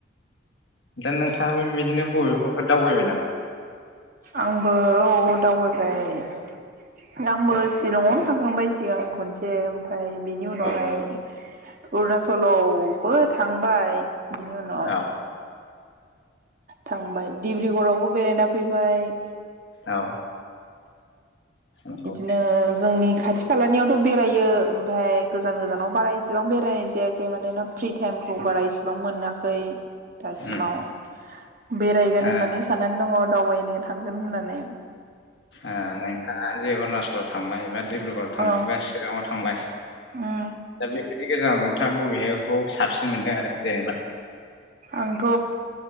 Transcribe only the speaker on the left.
दा नोंथाङाबो बेबायदिनो बबेबाफोर दावबायबाय नामा?
औ
औ
औ। नंगौ
उम
ओ
ओ नोंथाङा जे अरुणाचलाव थांबाय बा ड्रिब्रगरङाव थांबायबा
शिलंङाव थांबाय दा
बेखिनि गोजानाव नोंथाङा बबेहायखौ साबसिन मोनदों आरो जेनेबा